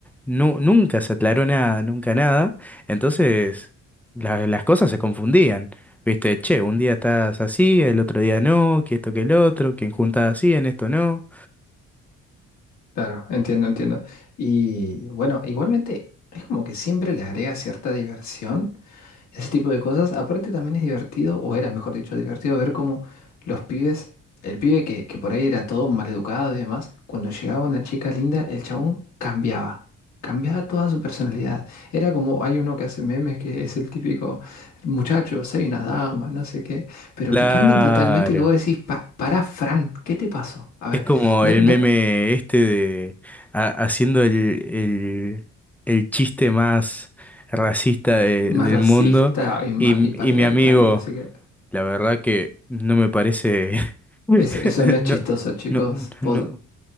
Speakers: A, in the centre; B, on the left.
A: nu- nunca se aclaró nada, nunca nada. Entonces, la- las cosas se confundían. Viste, che, un día estás así, el otro día no, que esto que el otro, que en juntada así, en esto no.
B: claro, entiendo, entiendo. Y bueno, igualmente es como que siempre le agrega cierta diversión ese tipo de cosas. Aparte también es divertido, o era mejor dicho, divertido ver cómo los pibes, el pibe que, que por ahí era todo maleducado y demás, cuando llegaba una chica linda, el chabón cambiaba. Cambiaba toda su personalidad. Era como, hay uno que hace memes que es el típico muchacho, soy una dama, no sé qué, pero
A: Claro.
B: que cambian totalmente que vos decís, para pará, Fran, ¿qué te pasó? A ver,
A: Es como
B: no-
A: el
B: no-
A: meme este de ha- haciendo el, el, el chiste más racista de-
B: más
A: del
B: racista
A: mundo
B: y, ma-
A: y,
B: y patriarcal
A: y mi amigo,
B: y no sé qué.
A: la verdad que no me parece, <laughs>
B: Es- eso no es
A: no,
B: chistoso, chicos.
A: no,
B: Po-
A: no,